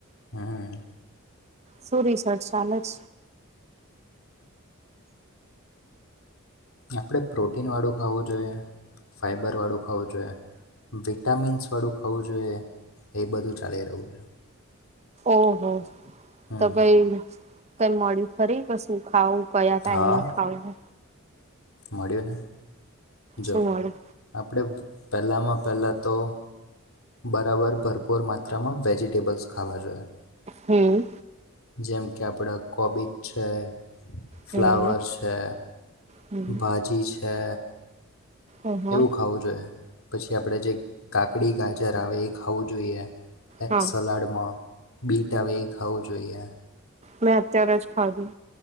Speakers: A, on the left; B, on the right.
A: હમ્મ.
B: શું રિસર્ચ ચાલે જ.
A: આપણે પ્રોટીન વાળું ખાવું જોઈએ, ફાઈબર વાળું ખાવું જોઈએ વિટામિન્સ વાળું ખાવું જોઈએ એ બધું ચાલી રહ્યું છે.
B: ઓહ હો.
A: હમ્મ.
B: તો પૈ તને મળી ખરી વસ્તુ હુ ખાવું કયા ટાઈમે
A: હા
B: ખાવુ.
A: મળ્યું ને. જો
B: શું મળ્યું?
A: આપડે પહેલામાં પહેલા તો બરાબર ભરપૂર માત્રામાં વેજિટેબલ્સ ખાવા જોઈએ.
B: હમ્મ.
A: જેમ કે આપડા કોબીજ છે, ફ્લાવર
B: હમ
A: છે,
B: હમ
A: ભાજી છે.
B: ઓહો
A: એવું ખાવું જોઈએ. પછી આપડે જે કાકડી, ગાજર આવે એ ખાવું જોઈએ. એક
B: હા
A: સલાડમાં. બીટ આવે એ ખાવું જોઈએ.
B: મેં અત્યારે જ ખાધી.